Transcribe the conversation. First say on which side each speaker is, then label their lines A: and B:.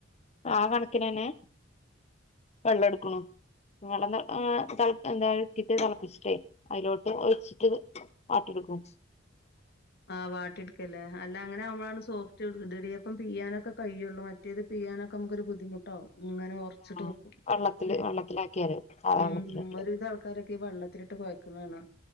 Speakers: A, on the left; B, on the left.
A: ആ കണക്കിനന്നെ വെള്ളം എടുക്കണു <unintelligible> എന്താക്കിട്ട് തിളപ്പിച്ചിട്ടേ അതിലോട്ട് ഒഴിച്ച് ട്ട് അത് വാട്ടിയെടുക്കും
B: ആഹ് വാട്ടിയെടുക്കല്ലേ അല്ല അങ്ങനെ ആകുമ്പളാണ് സോഫ്റ്റ് ഇടിയപ്പം പിയാനൊക്കെ കയ്യുള്ളൂ മറ്റേത് പിയ്യാനൊക്കെ നമുക്ക് ഒരു ബുദ്ധിമുട്ടാവും അങ്ങനെ ഒറച്ചിട്ട്
A: ആ
B: വെക്കും
A: വെള്ളത്തില്
B: അതെ
A: വെള്ളത്തിലാക്കിയാല് സാധാ
B: ഉം
A: വെള്ളത്തിലാക്കിയ
B: ഒരുവിധം ആൾക്കാരൊക്കെ വെള്ളത്തിലിട്ട് കൊയക്കുന്ന കാണാം